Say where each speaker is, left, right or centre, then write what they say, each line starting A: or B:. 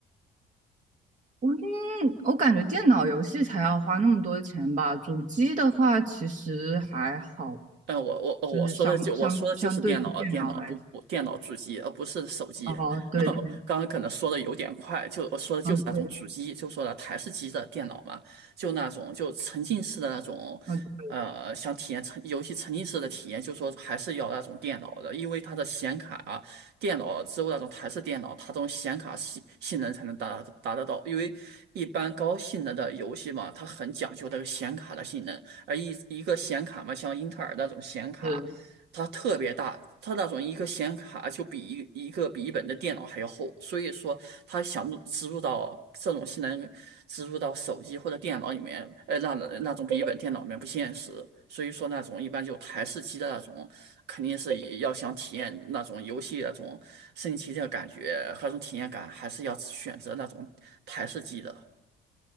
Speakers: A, on the right; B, on the right.
A: 我嗯，我感觉电脑游戏才要花那么多钱吧，主机的话其实还好，
B: 呃，我我哦，
A: 就是相相相对于电脑来说，
B: 我说的就我说的就是电脑，电脑不不电脑主机，而不是手机。
A: 哦，对对，
B: <laughs> 刚刚可能说的有点快，就我说的就是那种主机，
A: 嗯对，
B: 就说了台式机的电脑嘛，就那种就沉浸式的那种，
A: 嗯对。
B: 呃，想体验沉游戏沉浸式的体验，就说还是要那种电脑的，因为它的显卡啊，电脑之后那种台式电脑，它这种显卡性性能才能达达得到，因为一般高性能的游戏嘛，它很讲究这个显卡的性能。呃一一个显卡嘛，像英特尔那种显卡，
A: 是
B: 它特别大，它那种一个显卡就比一一个笔记本的电脑还要厚，所以说它想入植入到这种性能植入到手机或者电脑里面，呃那那种笔记本电脑里面不现实，所以说那种一般就台式机的那种，肯定是以要想体验那种游戏那种升级的感觉和那种体验感，还是要选择那种台式机的。